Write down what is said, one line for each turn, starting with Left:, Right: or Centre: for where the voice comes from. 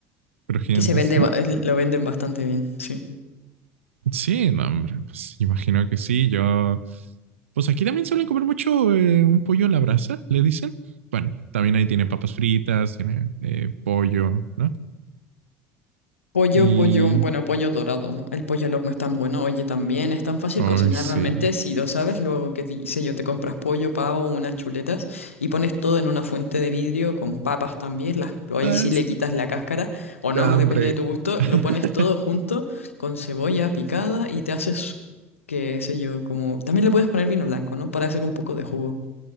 Right: crujientes.
Left: que se vende,
Right: Bueno,
Left: ba- lo venden bastante bien, sí.
Right: sí, no, hombre, pues imagino que sí. Yo, pues aquí también suelen comer mucho eh, un pollo a la brasa, le dicen. Bueno, también ahí tiene papas fritas, tiene eh, pollo, ¿no?
Left: Pollo,
Right: Y,
Left: pollo, bueno, pollo dorado, ¿no? El pollo al horno es tan bueno. Oye, también es tan fácil
Right: ay,
Left: cocinar
Right: sí.
Left: realmente. Si lo sabes, luego que te, sé yo, te compras pollo, pavo, unas chuletas y pones todo en una fuente de vidrio con papas también. Las, ahí
Right: Pasto.
Left: sí le quitas la cáscara o no,
Right: Hambre.
Left: depende de tu gusto.
Right: <laughs>
Left: Lo pones todo junto con cebolla picada y te haces, qué sé yo, como... También le puedes poner vino blanco, ¿no? Para hacer un poco de jugo.